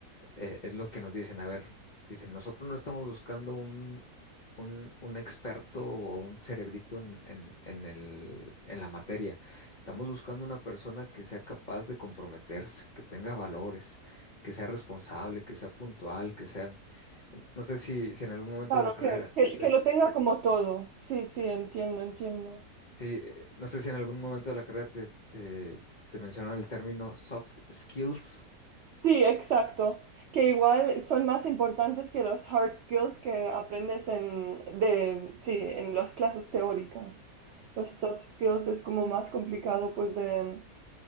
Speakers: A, on the left; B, on the right.
A: eh, es lo que nos dicen. A ver, dicen, nosotros no estamos buscando un, un, un experto o un cerebrito en, en, en el, en la materia. Estamos buscando una persona que sea capaz de comprometerse, que tenga valores, que sea responsable, que sea puntual, que sea... No sé si, si en algún momento
B: Claro,
A: de la carrera
B: que, que,
A: les,
B: que lo tenga como todo. Sí, sí, entiendo, entiendo.
A: Sí, eh, no sé si en algún momento de la carrera te, te, te mencionaron el término soft skills.
B: Sí, exacto. Que igual son más importantes que los hard skills que aprendes en, de, sí, en las clases teóricas. Los soft skills es como más complicado pues de,